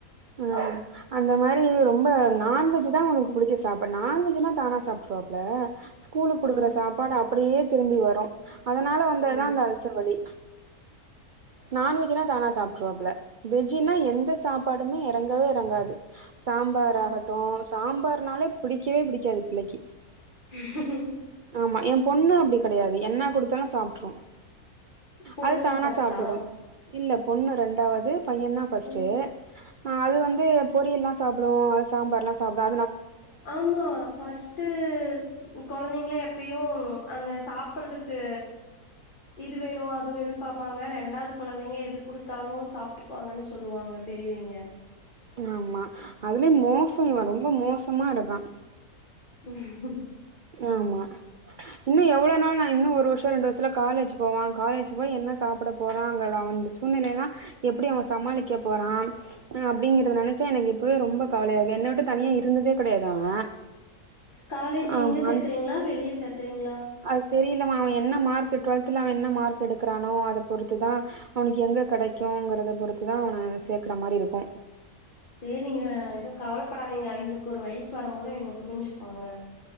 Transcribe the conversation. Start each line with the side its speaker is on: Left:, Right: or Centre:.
Right: அ அந்த மாரி ரொம்ப நான்வெஜ் தா உனக்கு புடிச்ச சாப்படு நான்வெஜ்னா தானா சாப்ட்ருவாப்ல ஸ்கூலு குடுக்குற
Left: ஆ
Right: சாப்பாடு அப்டியே திரும்பி வரு அதனால வந்ததுதா
Left: ஓ
Right: அந்த அல்சர் வலி நான்வெஜ்னா தானா சாப்ட்ருவாப்ல வெஜ்னா எந்த சாப் படமே இறங்கவே இறங்காது சாம்பாராகட்டு
Left: ஓ
Right: சாம் பாருனாலே பிடிக்கவே பிடிக்காது பிள்ளைக்கு
Left: <inaudible>
Right: ஆமா எ பொண்ணு அப்டி கெடையாது என்ன குடுத்தாலு சாப்ட்ரு
Left: பொண்ணுதா
Right: அது தானா
Left: ஃபஸ்ட்டா
Right: சாப்டுடும் இல்ல பொண்ணு ரெண்டாவது பையந்தா ஃபஸ்ட்டு
Left: ஓ
Right: ஆ அது வந்து பொரியல்லா சாப்டு அது சாம்பார்லா சாப்டா
Left: ஆமா ஃபஸ்ட்டு ம் கொழந்தைங்களே எப்பயு அந்த சாப்படறதுக்கு இது வேணு அது வேணுன்னு பாப்பாங்க ரெண்டாவது கொழந்தைங்க எது குடுத்தாலு சாப்ட்டுக்குவாங்கன்னு சொல்லுவாங்க பெரியவிங்க
Right: ஆமா அதுலயு மோசங்க இவ ரொம்ப மோ சமா இருக்கா
Left: <unintelligible>
Right: ஆமா இன்னு எவ்ளோ நாள் நா இன்னு ஒரு வருஷோ ரெண்டு வருஷத்தில காலேஜ் போவா காலேஜ் போய் என்ன சாப்பட போறாங்கற அவ அந்த சூழ்நிலையெல்லா எப்படி அவ சமாளிக்க போறா ஆ அப்டிங்கறத நெனச்சா எனக்கு இப்பவே ரொம்ப கவலையா இருக்கு என்ன விட்டு தனியா இருந்ததே கெடையாது அவ
Left: காலே ஜு இங்க
Right: ஆமா
Left: சேத்தறீங்களா
Right: அந்த
Left: வெளிய சேத்தறீங்களா
Right: அது தெ ரியலமா அவ என்ன மார்க் டுவல்த்துல அவ என்ன மார்க் எடுக்குறானோ அத பொறுத்துதா அவனுக்கு எங்க
Left: ஓ!
Right: கெடைக்குங்குறத பொறுத் துதா அவன சேக்குற மாரி இருக்கும்
Left: சேரிங்க எதுவு கவலப்படாதீங்க அவிங்களுக்கு ஒரு வயசு வரும்போது அவிங்க புரிஞ்சுக்குவாங்க